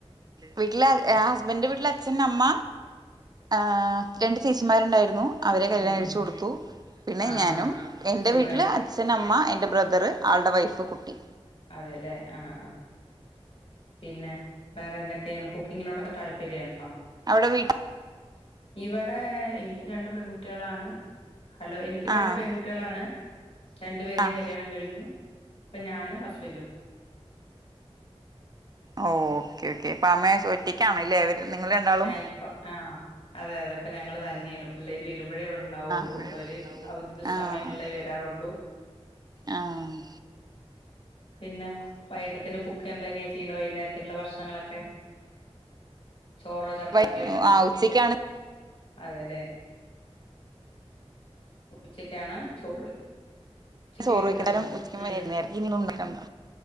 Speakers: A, on the right; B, on the left.
A: വീട്ടില ആ ഹസ്ബൻഡന്റെ വീട്ടില് അച്ഛൻ അമ്മ ആ രണ്ട് ചേച്ചിമാരുണ്ടായിരുന്നു അവരെ കല്യാണം
B: ഉം
A: കഴിച്ച്
B: ഉം
A: കൊടുത്തു പിന്നെ
B: ആഹ്
A: ഞാനും
B: ആഹ്
A: എൻ്റെ
B: സുഖായി
A: വീട്ടില് അച്ഛനമ്മ എ എന്റെ ബ്രദർ ആളുടെ വൈഫ് കുട്ടി
B: അതെല്ലേ ആഹ് ആഹ് പിന്നെ വേറെ എന്തൊക്കെയാണ് കുക്കിങ്ങിനോടൊക്കെ താല്പര്യം ആണോ
A: അവിടെ വീട്ടിൽ
B: ഇവിടെ എനിക്ക് രണ്ട് പെൺകുട്ടികളാണ് ഹലോ എനിക്ക് രണ്ട്
A: ആഹ്
B: പെൺകുട്ടികളാണ് രണ്ടു പേരും
A: ആഹ്
B: കല്യാണം കഴിഞ്ഞു ഇപ്പൊ ഞാനും ഹസ്ബൻറും
A: ഓ ഓക്കേ ഓക്കേ ഇപ്പ അമ്മ ഒറ്റക്കണല്ലേ അവര് നിങ്ങൾ രണ്ടാളും
B: ആഹ് ഇപ്പം ആഹ് അതെ അതെ ഇപ്പം ഞങ്ങള് തന്നെയാണ് പിള്ളേര് വ വരുമ്പോഴേ അവിടെ ഉണ്ടാവുള്ളൂ
A: പുള്ളി
B: അവര് അവതി
A: അവധി
B: സമയങ്ങളിലേ വരാറുള്ളൂ
A: ആഹ്
B: പിന്നെ വൈകത്തേതന് കുക്ക് എന്തെങ്ങാ ചെയ്യണ വൈകുന്നേരത്തിനുള്ള ഭക്ഷണങ്ങളൊക്കെ ചോറോ ചപ്പാത്തിയോ
A: വൈ ആഹ് ഉച്ചക്കാണ്
B: അതെല്ലേ ഉച്ചയ്ക്കാണ് ചോറ് ഉച്ചക്ക്
A: ചോറ്
B: വെക്കുന്നുണ്ടോ
A: വെക്കുന്നേരം ഉച്ചക്കും
B: ഉം
A: വൈകുന്നേരം ഇനി ഉണ്ടാക്കണ്ട